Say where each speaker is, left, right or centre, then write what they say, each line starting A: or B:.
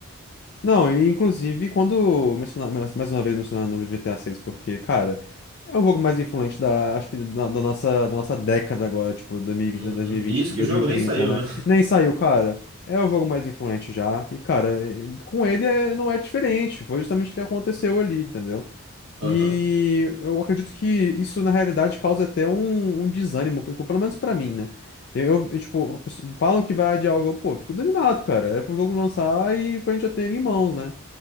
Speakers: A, on the left; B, on the right.
A: Não, e, inclusive, quando mencionar, mais mais uma vez mencionando o GTA VI, porque, cara, é o jogo mais influente da, acho que da, da nossa, da nossa década agora, tipo, 2020,
B: Uhum.
A: 2020,
B: E isso
A: 2030,
B: que o jogo nem saiu,
A: né?
B: né? <laughs>
A: Nem saiu, cara. É o jogo mais influente já. E, cara, eh, com ele é- não é diferente. Foi justamente o que aconteceu ali, entendeu?
B: Aham.
A: E eu acredito que isso, na realidade, causa até um, um desânimo, tipo, pelo menos pra mim, né? Eu, eu, tipo, a pessoa- falam que vai adiar o jogo, pô, eu fico desanimado, cara. Era pro jogo lançar e pra gente já ter ele em mãos, né?